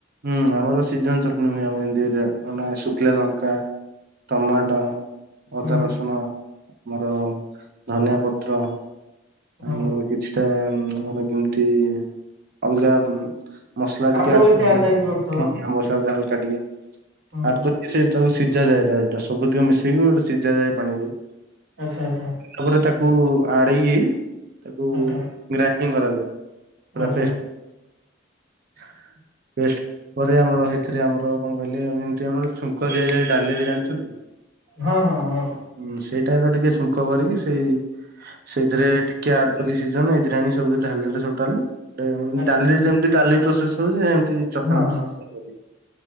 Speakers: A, on the right; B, on the right.
A: ହୁଁ ଆମର ସିଜନ ଚଟଣି ହୁଏ ଆମେ ରେ ଯେମିତି ମାନେ ଶୁଖିଲା ଲଙ୍କା, ଟମାଟୋ, ଅଦା,
B: ହୁଁ
A: ରସୁଣ ଆମର ଧନିଆ ପତ୍ର
B: ହୁଁ
A: ଆମର କିଛିଟା ଆମର <unintelligible> ଅଲଗା ମସଲା ଟିକେ
B: ଆମ୍ବ
A: ଆଡ
B: କଷି
A: କରିଦେଲେ
B: ଆଚାର ବି ପଡୁଥିବ
A: ଟିକେ <unintelligible>
B: ହୁଁ
A: ଆଡ କରିକି ସେ ତାକୁ ସିଝାଯାଏ ଏଇଟା ସବୁଥିରେ ମିଶେଇକି ଗୋଟେ ସିଝା ଯାଏ ପାଣିରେ।
B: ଆଚ୍ଛା ଆଛା।
A: ତାପରେ ତାକୁ ଆଡେଇକି ତାକୁ
B: ଆଚ୍ଛା।
A: ଗ୍ରାଇଡିଙ୍ଗ କରାଯାଏ ପୁରା
B: ଆଚ୍ଛା
A: ପେଷ୍ଟ। ପେଷ୍ଟ ପରେ ଆମର ସେଇଥିରେ ଆମର କଣ କହିଲେ ଏମିତି ଆମର ଛୁଙ୍କ ଦିଆଯାଏ ଡାଲିରେ ଜାଣିଛନ୍ତି?
B: ହଁ ହଁ ହଁ।
A: ହୁଁ ସେଇଟାରେ ଟିକେ ଛୁଙ୍କ କରିକି ସେଇ ସେଥିରେ ଟିକେ ଆଡ଼ କରିକି ସିଜେଇଲେ ଏଇଥିରେ ଆଣିକି ସବୁ ଢାଳି ଦେଲେ ଟୋଟାଲ ଟା ଏ
B: ଆଚ୍ଛା
A: ଡାଲି ଯେମିତି ଡାଲି ପ୍ରସେସ ହଉଛି ଏମତି ଚଟନି
B: ହଁ
A: ପ୍ରସେସ
B: ହଁ
A: ବି କରିବେ।